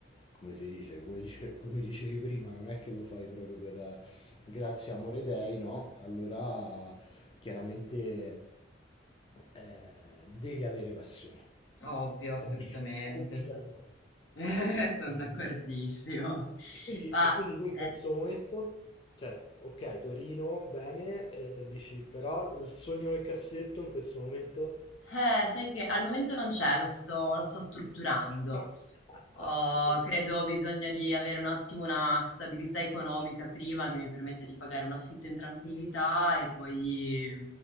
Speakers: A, on the left; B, on the left.
A: come si dice, come dice- come dicevi prima, non è che lo fai proprio per, eh, grazie amore dei, no? Allora chiaramente eh, devi avere passione.
B: ovvio, assolutamente.
A: Obbli- obbligatorio.
B: <laughs>
A: <laughs>
B: Sono
A: Obbli-
B: d'accordissimo.
A: E quindi,
B: Ma,
A: e quindi tu in
B: eh.
A: questo momento, cioè, ok, Torino, bene, eh, dici, però il sogno nel cassetto in questo momento...
B: Eh, sai che al momento non c'è, lo sto, lo sto strutturando.
A: <laughs>
B: Oh,
A: Grande.
B: credo ho bisogno di avere un attimo una stabilità economica prima che mi permetta di pagare un affitto in tranquillità e poi